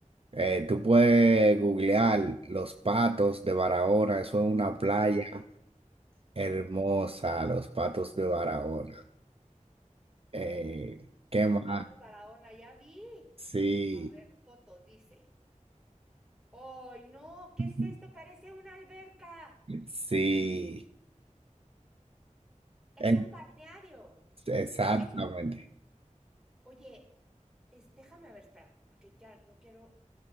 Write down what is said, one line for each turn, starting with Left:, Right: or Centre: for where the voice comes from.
Right: Eh, tú puedes googlear Los Patos de Barahona, eso es una playa
Centre: a ver,
Right: hermosa, Los Patos de Barahona. Eh, ¿qué
Centre: los
Right: más?
Centre: patos Barahona, ya vi.
Right: Sí,
Centre: A ver, fotos, dice. ¡Ay, no! ¿Qué
Right: <laughs>
Centre: es esto? Parece una alberca.
Right: sí,
Centre: Es
Right: e-
Centre: un balneario.
Right: exactamente.
Centre: Pero es un... Oye, Es, déjame ver, espérame, porque ya no quiero,